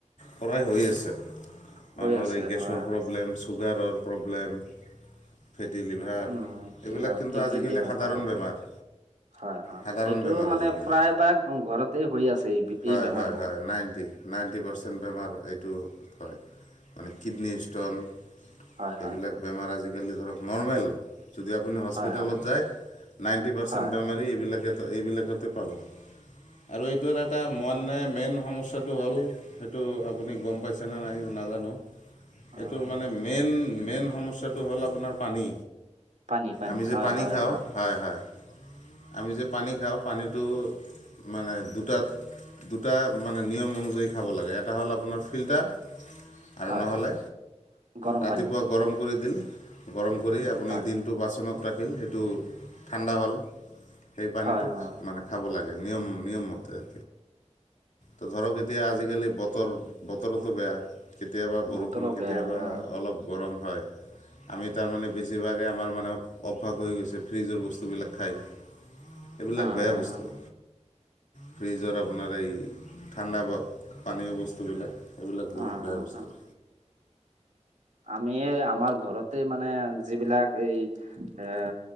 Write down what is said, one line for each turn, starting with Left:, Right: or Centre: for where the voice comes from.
Left: পৰাই হৈ আছে
Right: হৈ
Left: মানুহৰ
Right: আছে
Left: এই গেছৰ
Right: হয়।
Left: প্ৰব্লেমছ। চুগাৰৰ প্ৰব্লেম, ফেটি লিভাৰ
Right: উম, কিবা
Left: এইবিলাক কিন্তু
Right: কিডনী
Left: আজিকালি
Right: লিভাৰ
Left: সাধাৰণ
Right: হয়, হয়।
Left: বেমাৰ।
Right: হয়, হয়
Left: সাধাৰণ
Right: এইটো
Left: বেমাৰ
Right: মানে
Left: আজিকালি
Right: প্ৰায় ভাগ ঘৰতেই হৈ আছে এই
Left: হয়
Right: বেমাৰবোৰৰ।
Left: হয় হয় নাইণ্টি। নাইণ্টি পাৰ্চেণ্ট বেমাৰ এইটো হয়, হয় মানে কিডনী ষ্টন
Right: হয়, হয়,
Left: এইবিলাক বেমাৰ আজিকালি ধৰক নৰ্মেল। যদি আপুনি হস্পিটেলত
Right: হয়, হয়,
Left: যায় নাইণ্টি পাৰ্চেণ্ট
Right: হয়,
Left: বেমাৰী এইবিলাকো এইবিলাকতে পাব। আৰু এইটোৰ এটা মন মানে মেইন সমস্যাটো হ'ল সেইটো আপুনি গ'ম পাইছেনে নাই নাজানোঁ।
Right: অ'।
Left: এইটোৰ মানে মেইন মেইন সমস্যাটো হ'ল আপোনাৰ পানী।
Right: পানী
Left: আমি যে
Right: হয়,
Left: পানী
Right: হয়,
Left: খাওঁ হয়, হয়। আমি যে পানী খাওঁ পানীটো মানে দুটাত দুটা মানে নিয়ম অনুযায়ী খাব লাগে, এটা হ'ল আপোনাৰ ফিল্টাৰ আৰু
Right: হয়,
Left: নহ'লে
Right: হয়, গৰম
Left: ৰাতিপুৱা
Right: পানী
Left: গৰম কৰি দিল গৰম কৰি আপুনি
Right: হয়।
Left: দিনটো বাচনত ৰাখিল, সেইটো ঠাণ্ডা হ'ল। সেই পানীটো
Right: হয় হয়
Left: মানে খাব লাগে নিয়ম নিয়মমতে। তোৰ ধৰক এতিয়া আজিকালি বতৰ বতৰতো বেয়া। কেতিয়াবা বৰষুণ,
Right: বতৰো
Left: কেতিয়াবা
Right: বেয়া উম
Left: অলপ গৰম হয়। আমি তাৰমানে বেছিভাগে আমাৰ মানে অভ্যাস হৈ গৈছে ফ্ৰীজৰ বস্তুবিলাক খাই। এইবিলাক
Right: উম
Left: বেয়া
Right: উম
Left: বস্তু।
Right: উম
Left: ফ্ৰিজৰ আপোনাৰ এই ঠাণ্ডা বা পানীয় বস্তুবিলাক সেইবিলাক বহুত
Right: উম
Left: বেয়া
Right: উম
Left: বস্তু।
Right: উম আমি আমাৰ ঘৰতে মানে যিবিলাক এই এ,